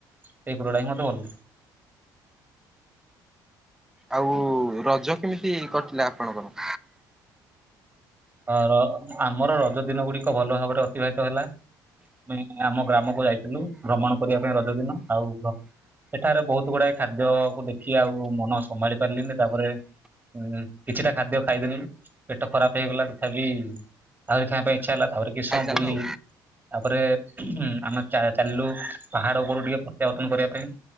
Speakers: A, on the right; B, in the centre.
A: ସେଇ ଫୁଲଟା ହିଁ ମୋତେ ଭଲ ଲାଗେ।
B: ଆଉ ରଜ କେମିତି କଟିଲା ଆପଣଙ୍କର
A: ହ ର ଆମର ରଜ ଦିନଗୁଡିକ ଭଲ ଭାବରେ ଅତିବାହିତ ହେଲା। ଆ ଆମ ଗ୍ରାମକୁ ଯାଇଥିଲୁ ଭ୍ରମଣ କରିବା ପାଇଁ ରଜ ଦିନ ଆଉ ସେଠାରେ ବହୁତ ଗୁଡାଏ ଖାଦ୍ୟକୁ ଦେଖି ଆଉ ମନ ସମ୍ଭାଳି ପାରିଲିନି ତାପରେ ହୁଁ କିଛିଟା ଖାଦ୍ୟ ଖାଇଦେଲି ପେଟ ଖରାପ ହେଇଗଲା। ତଥାପି ଆହୁରି ଖାଇବା ପାଇଁ ଇଚ୍ଛା ହେଲା ତାପରେ କିଛି
B: ଖାଇଚାଲିଲ
A: ସମୟ ବୁଲି
B: ଆଉ
A: ତାପରେ ଉଁ ଆମେ ଚାଲିଲୁ ପାହାଡ ଉପରୁ ଟିକେ ପ୍ରତ୍ୟାବର୍ତ୍ତନ କରିବା ପାଇଁ।